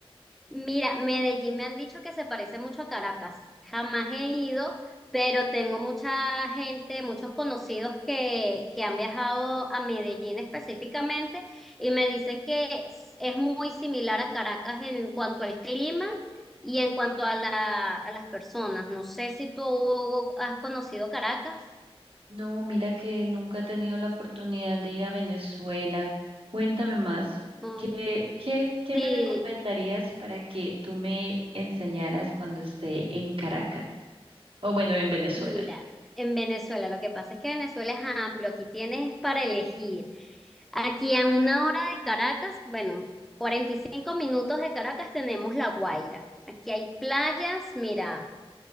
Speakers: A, in the centre; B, on the right (about 60°).
A: Mira, Medellín me han dicho que se parece mucho a Caracas. Jamás he ido, pero tengo mucha gente, muchos conocidos que, que han viajado a Medellín específicamente y me dicen que es, es muy similar a Caracas en cuanto al clima y en cuanto a la, a las personas. No sé si tú has conocido Caracas,
B: No, mira que nunca he tenido la oportunidad de ir a Venezuela. Cuéntame más.
A: o
B: ¿Qué, qué, qué
A: si
B: me recomendarías para que tú me enseñaras cuando esté en Caracas? O bueno, en Venezuela.
A: Mira, en Venezuela, lo que pasa es que Venezuela es amplio, aquí tienes para elegir. Aquí a una hora de Caracas, bueno, 45 minutos de Caracas tenemos La Guaira. Aquí hay playas, mira,